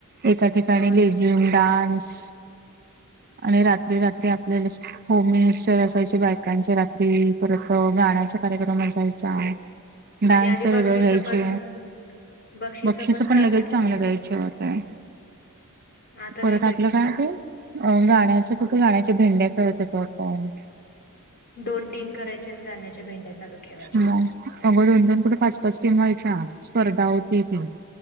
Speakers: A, on the right (about 45°); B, on the left (about 45°).
A: एका ठिकाणी
B: हो
A: लेझिम
B: ना
A: डान्स. आणि रात्री रात्री आपल्याला. होम मिनिस्टर असायचे बायकांचे रात्री परत गाण्याचा कार्यक्रम असायचा. डान्स
B: आणि आधी
A: वेगळं
B: बक्षिस
A: घ्यायचे
B: पण बक्षिस
A: बक्षीस पण
B: चांगले
A: लगेच
B: ठेवत
A: चांगलं
B: होते
A: द्या यचं.
B: आता
A: परत
B: नाही देत
A: आप काय ते गाण्याच कुठे गाण्याच्या भेंड्या खेळत होतो आपण
B: दोन टीम करायची आणि गाण्याच्या भेंड्या चालू ठेवायच्या.
A: मग अगं दोन दोन पुुढे पाच पाच टीम व्हायच्या स्पर्धा होती ती